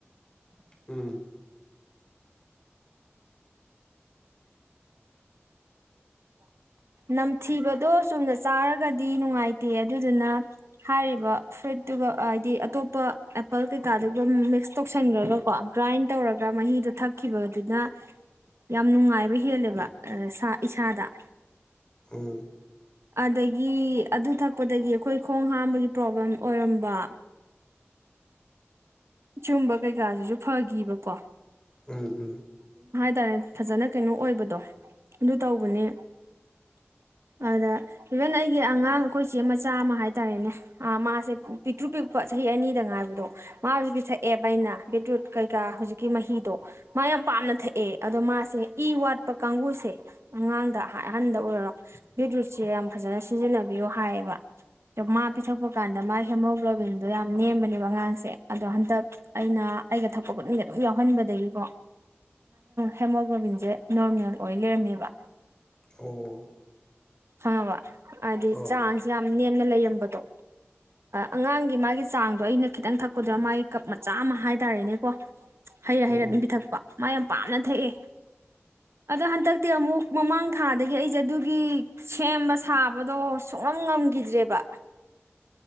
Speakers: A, on the left; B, on the right.
A: ꯎꯝ
B: ꯅꯝꯊꯤꯕꯗꯣ ꯆꯨꯝꯅ ꯆꯥꯔꯒꯗꯤ ꯅꯨꯡꯉꯥꯏꯇꯦ ꯑꯗꯨꯗꯨꯅ ꯍꯥꯏꯔꯤꯕ ꯐ꯭ꯔꯨꯏꯠꯇꯨꯒ ꯍꯥꯏꯗꯤ ꯑꯇꯣꯞꯄ ꯑꯦꯄꯜ ꯀꯩꯀꯥꯗꯨꯒ ꯃꯤꯛꯁ ꯇꯧꯁꯟꯈ꯭ꯔꯒꯀꯣ ꯒ꯭ꯔꯥꯏꯟ ꯇꯧꯔꯒ ꯃꯍꯤꯗꯣ ꯊꯛꯈꯤꯕꯗꯨꯅ ꯌꯥꯝ ꯅꯨꯡꯉꯥꯏꯕ ꯍꯦꯜꯂꯦꯕ ꯆꯥꯗꯥ
A: ꯎꯝ
B: ꯑꯗꯒꯤ ꯑꯗꯨ ꯊꯛꯄꯗꯒꯤ ꯑꯩꯈꯣꯏ ꯈꯣꯡ ꯍꯥꯝꯕꯒꯤ ꯄ꯭ꯔꯣꯕ꯭ꯂꯦꯝ ꯑꯣꯏꯔꯝꯕ ꯆꯨꯝꯕ ꯀꯩꯀꯥꯁꯤꯁꯨ ꯐꯈꯤꯕꯀꯣ
A: ꯎꯝ ꯎꯝ
B: ꯍꯥꯏ ꯇꯔꯦꯅꯦ ꯐꯖꯅ ꯀꯩꯅꯣ ꯑꯣꯏꯕꯗꯣ ꯑꯗꯨ ꯇꯧꯕꯅꯦ ꯑꯗ ꯏꯚꯟ ꯑꯩꯒꯤ ꯑꯉꯥꯡ ꯑꯩꯈꯣꯏꯆꯦ ꯃꯆꯥ ꯑꯃ ꯍꯥꯏꯇꯥꯔꯦꯅꯦ ꯃꯥꯁꯦ ꯄꯤꯛꯇ꯭ꯔꯨ ꯄꯤꯛꯄ ꯆꯍꯤ ꯑꯅꯤꯗ ꯉꯥꯏꯕꯗꯣ ꯃꯥꯁꯨ ꯄꯤꯛꯊꯛꯑꯦꯕ ꯑꯩꯅ ꯕꯤꯠꯔꯨꯠ ꯀꯩꯀꯥ ꯍꯧꯖꯤꯛꯀꯤ ꯃꯍꯤꯗꯣ ꯃꯥ ꯌꯥꯝ ꯄꯥꯝꯅ ꯊꯛꯑꯦ ꯑꯗꯣ ꯃꯥꯁꯦ ꯏ ꯋꯥꯠꯄ ꯀꯥꯡꯕꯨꯁꯦ ꯑꯉꯥꯡꯗ ꯑꯍꯟꯗ ꯑꯣꯏꯔꯔꯣ ꯕꯤꯠꯔꯨꯠꯁꯦ ꯌꯥꯝ ꯐꯖꯅ ꯁꯤꯖꯤꯟꯅꯕꯤꯌꯣ ꯍꯥꯏꯌꯦꯕ ꯑꯗꯣ ꯃꯥ ꯄꯤꯊꯛꯄ ꯀꯥꯟꯗ ꯃꯥ ꯍꯦꯃꯣꯒ꯭ꯂꯣꯕꯤꯟꯗꯣ ꯌꯥꯝ ꯅꯦꯝꯕꯅꯦꯕ ꯑꯉꯥꯡꯁꯦ ꯑꯗꯣ ꯍꯟꯗꯛ ꯑꯩꯅ ꯑꯩꯒ ꯊꯛꯄ ꯈꯨꯠꯅꯤꯡꯗ ꯑꯗꯨꯝ ꯌꯥꯎꯍꯟꯕꯗꯒꯤꯀꯣ ꯍꯦꯃꯣꯒ꯭ꯂꯣꯕꯤꯟꯁꯦ ꯅꯣꯔꯃꯦꯜ ꯑꯣꯏ ꯂꯩꯔꯝꯃꯦꯕ
A: ꯑꯣ
B: ꯈꯪꯉꯕ ꯍꯥꯏꯗꯤ
A: ꯑꯥ
B: ꯆꯥꯡꯁ ꯌꯥꯝ ꯅꯦꯝꯅ ꯂꯩꯔꯝꯕꯗꯣ ꯑꯉꯥꯡꯒꯤ ꯃꯥꯒꯤ ꯆꯥꯡꯗꯣ ꯑꯩꯅ ꯈꯤꯇꯪ ꯊꯛꯄꯗꯨꯅ ꯃꯥꯒꯤ ꯀꯞ ꯃꯆꯥ ꯑꯃ ꯍꯥꯏꯇꯥꯔꯦꯅꯦꯀꯣ ꯍꯩꯔ
A: ꯎꯝ
B: ꯍꯩꯔꯠ ꯑꯗꯨꯝ
A: ꯎꯝ
B: ꯄꯤꯊꯛ ꯃꯥ ꯌꯥꯝ ꯄꯥꯝꯅ ꯊꯛꯑꯦ ꯑꯗꯣ ꯍꯟꯗꯛꯇꯤ ꯑꯃꯨꯛ ꯃꯃꯥꯡ ꯊꯥꯗꯒꯤ ꯑꯩꯁꯦ ꯑꯗꯨꯒꯤ ꯁꯦꯝꯕ ꯁꯥꯕꯗꯣ ꯁꯨꯡꯉꯝ ꯉꯝꯈꯤꯗ꯭ꯔꯦꯕ